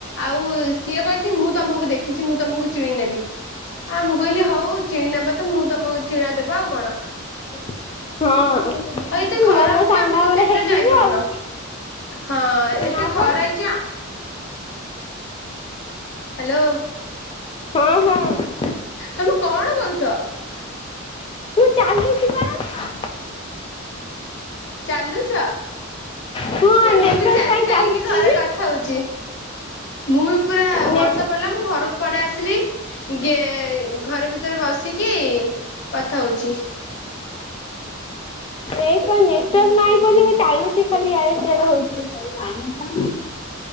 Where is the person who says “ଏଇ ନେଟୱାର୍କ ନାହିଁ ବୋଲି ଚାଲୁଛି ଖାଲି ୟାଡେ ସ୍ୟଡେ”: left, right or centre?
Left